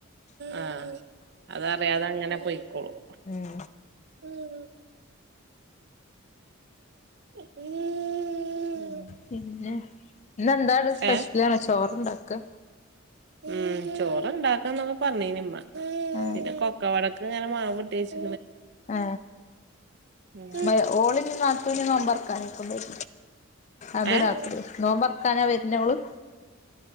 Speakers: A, on the right (about 55°); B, on the left (about 35°).
A: ആഹ് അതറിയാതെ അങ്ങനെ പോയിക്കോളും
B: ഉം
A: ഉ ഉ
B: പിന്നെ ഇന്നെന്താ സ്പെഷ്യലാണോ
A: ഏ
B: ചോറുണ്ടാക്ക
A: ഉം ചോറ് ണ്ടാക്കണം എന്നൊക്കെ പറഞ്ഞീനിമ്മ
B: ആഹ്
A: പിന്നെ കൊക്കവാടക് ക്ക് ഞങ്ങള് മാവൂട്ടി വെച്ച്
B: ആ
A: ഉം
B: ഏ ഓളിഞ്ഞ് നാത്തൂന് നോമ്പറക്കാനേക്കും വര അത്
A: ഏഹ്
B: രാത്രി നോമ്പറക്കാനാ വര്ന്നെ ഓള്